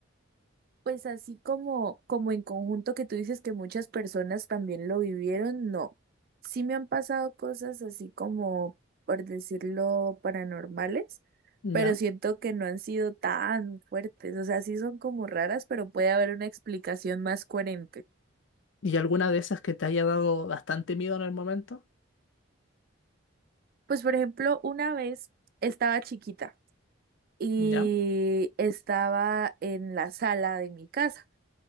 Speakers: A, on the right (about 45°); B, on the left (about 65°).
A: Pues así como, como en conjunto que tú dices que muchas personas también lo vivieron, no. Sí me han pasado cosas así como, por decirlo, paranormales,
B: ¿Ya?
A: pero siento que no han sido tan fuertes. O sea, sí son como raras, pero puede haber una explicación más coherente.
B: ¿Y alguna de esas que te haya dado bastante miedo en el momento?
A: Pues por ejemplo, una vez estaba chiquita y
B: ¿Ya?
A: estaba en la sala de mi casa.